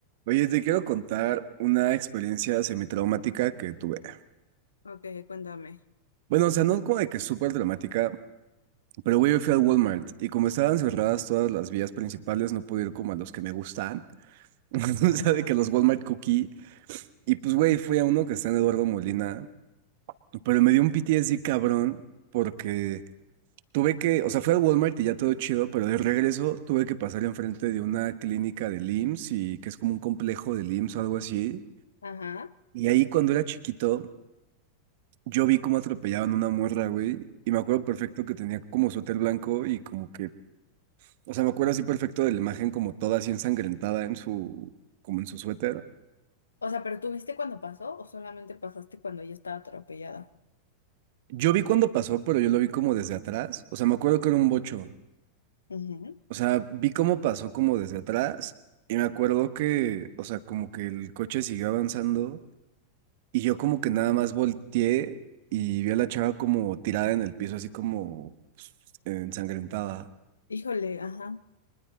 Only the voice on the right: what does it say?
Oye, te quiero contar una experiencia semi-traumática que tuve.
Bueno, o sea, no como de que súper traumática, pero güey, yo fui al Walmart y como estaban cerradas todas las vías principales, no pude ir como a los que me gustan. <laughs> O
sea, de que los Walmart Cookie. Y pues, güey, fui a uno que está en Eduardo Molina, pero me dio un PTSD cabrón porque tuve que, o sea, fui al Walmart y ya todo chido, pero de regreso tuve que pasar enfrente de una clínica del IMSS y que es como un complejo del IMSS o algo así.
Y ahí cuando era chiquito Yo vi cómo atropellaban una morra, güey, y me acuerdo perfecto que tenía como suéter blanco y como que, o sea, me acuerdo así perfecto de la imagen como toda así ensangrentada en su, como en su suéter.
Yo vi cuando pasó, pero yo lo vi como desde atrás, o sea, me acuerdo que era un bocho,
o sea, vi cómo pasó como desde atrás y me acuerdo que, o sea, como que el coche siguió avanzando y yo como que nada más volteé y vi a la chava como tirada en el piso, así como pues, ensangrentada.